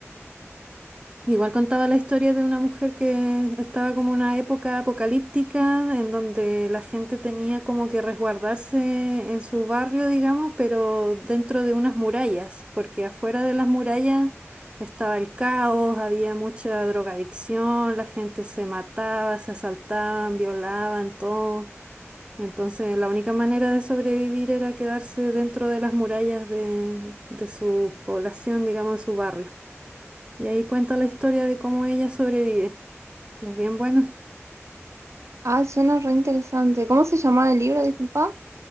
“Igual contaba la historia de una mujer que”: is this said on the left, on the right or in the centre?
Right